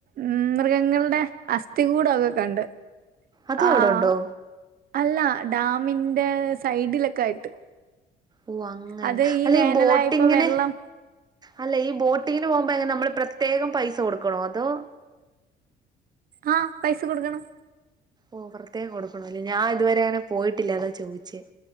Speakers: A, on the right (about 60°); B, on the right (about 25°).
A: മ്മ് മൃഗങ്ങളുടെ അസ്ഥി കൂടൊക്കെ കണ്ട്
B: അതും
A: ആഹ്
B: അവിടെ ഉണ്ടോ
A: അല്ല ഡാമിന്റെ സൈഡിലൊക്കെ ആയിട്ട്
B: ഓഹ് അങ്ങനെ
A: അത്
B: അല്ല
A: വേനലായപ്പോ
B: ഈ ബോട്ടിങ്ന്
A: വെള്ളം
B: അല്ല ഈ ബോട്ടിങ്ങിന് പോകുമ്പോ എങ്ങനെ നമ്മൾ പ്രത്യേകം പൈസ കൊടുക്കണോ അതോ
A: ആഹ് പൈസ കൊടുക്കണം
B: ഓ പ്രറയേകം കൊടുക്കണല്ലേ ഞാൻ ഇതുവരെ അങ്ങനെ പോയിട്ടില്ല അത ചോദിച്ച